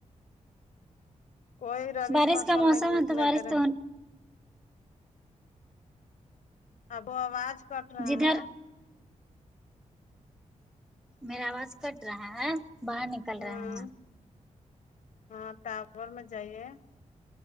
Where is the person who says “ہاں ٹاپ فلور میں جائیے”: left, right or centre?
Left